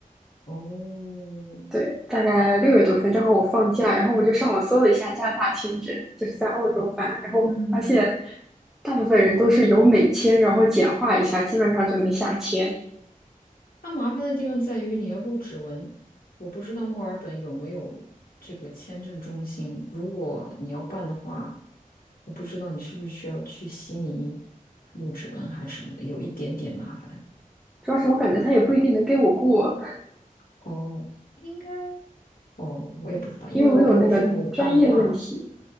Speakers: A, on the left; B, in the centre.
A: 哦，
B: 对，大概六月多份，正好我放假，然后我就上网搜了一下加拿大签证，就是在澳洲办，然后发现
A: 嗯，
B: 大部分人都是有美签，然后简化一下，基本上就能下签。
A: 它麻烦的地方在于你要录指纹，我不知道墨尔本有没有这个签证中心，如果你要办的话，我不知道你是不是需要去悉尼录指纹还是什么的，有一点点麻烦。
B: 主要是我感觉他也不一定能给我过，
A: 哦，应该哦，我也不知道，因为我给我父母办的话，
B: 因为我有那个专业问题。